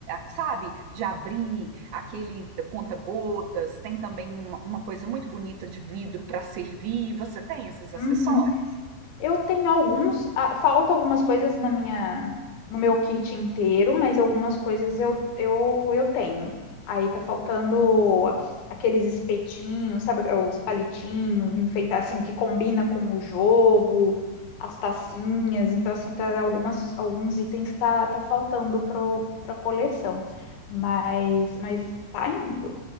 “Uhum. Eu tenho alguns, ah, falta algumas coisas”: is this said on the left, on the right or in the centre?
Left